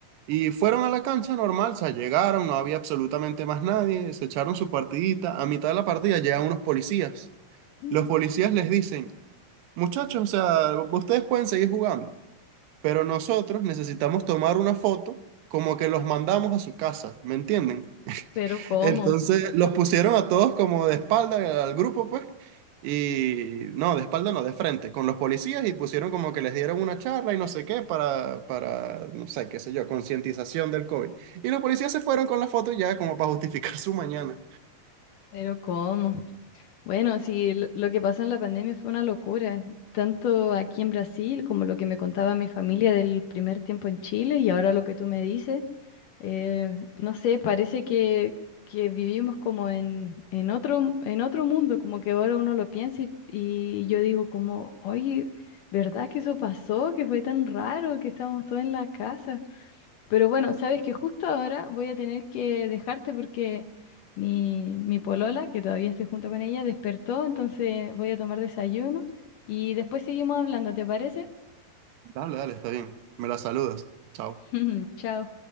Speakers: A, on the right; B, on the left.
A: Y fueron a la cancha normal, o sea, llegaron, no había absolutamente más nadie, se echaron su partidita. A mitad de la partida llegan unos policías.
B: Mm.
A: Los policías les dicen, muchachos, o sea, ustedes pueden seguir jugando, pero nosotros necesitamos tomar una foto como que los mandamos a su casa, ¿me entienden?
B: pero cómo,
A: Entonces los pusieron a todos como de espalda al al grupo, pues, y no, de espalda no, de frente, con los policías y pusieron como que les dieron una charla y no sé qué para, para, no sé, qué sé yo, concientización del COVID. Y los policías se fueron con la foto y ya como para justificar su mañana.
B: pero cómo. Bueno, sí, lo lo que pasó en la pandemia fue una locura, tanto aquí en Brasil como lo que me contaba mi familia del primer tiempo en Chile y ahora lo que tú me dices. Eh, no sé, parece que, que vivimos como en, en otro, en otro mundo, como que ahora uno lo piensa y, y yo digo como, oye, ¿verdad que eso pasó? Que fue tan raro que estábamos todos en la casa. Pero bueno, sabes que justo ahora voy a tener que dejarte porque mi, mi polola, que todavía estoy junto con ella, despertó, entonces voy a tomar desayuno y después seguimos hablando, ¿te parece?
A: Dale, dale, está bien. Me la saludas. Chao.
B: <laughs> Chao.